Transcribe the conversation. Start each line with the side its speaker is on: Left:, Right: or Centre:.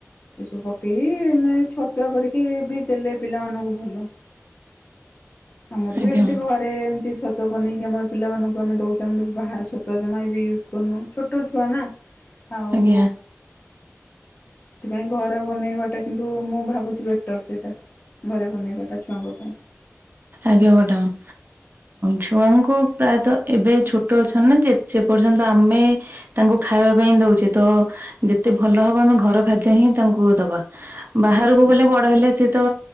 Left: ଏସବୁ ପକେଇକିେ ଛତୁଆ କରିକି ବି ଦେଲେ ପିଲାମାନଙ୍କୁ ଭଲ। ଆମର
Right: ଆଜ୍ଞା
Left: ବି ଏମତି ଘରେ ରେ ଏମିତି ଛତୁଆ ବନେଇକି ଆମର ପିଲାମାନଙ୍କୁ ଆମେ ଦେଉଛୁ ବି ବାହାର ଛତୁଆ ଜମା ବି ୟୁଜ୍ କରୁନୁ। ଛୋଟ ଛୁଆ ନା। ଆଉ
Right: ଆଜ୍ଞା
Left: ସେଥିପାଇଁ ଘରେ ବନେଇବାଟା କିନ୍ତୁ ମୁଁ ଭାବୁଛି ବେଟର ସେଇଟା ଘରେ ବନେଇବାଟା ଛୁଆଙ୍କ ପାଇଁ।
Right: ଆଜ୍ଞା ମାଡାମ। ଛୁଆଙ୍କୁ ପ୍ରାୟତଃ ଏବେ ଛୋଟ ଅଛନ୍ତି ନା ଯେ ପର୍ଯ୍ୟନ୍ତ ଆମେ ତାଙ୍କୁ ଖାଇବା ପାଇଁ ଦଉଛେ ତ ଯେତେ ଭଲ ହବ ଆମେ ଘର ଖାଦ୍ୟ ହିଁ ତାଙ୍କୁ ଦବା। ବାହାରକୁ
Left: ଅଛି
Right: ଗଲେ ବଡ ହେଲେ ସିଏ ତ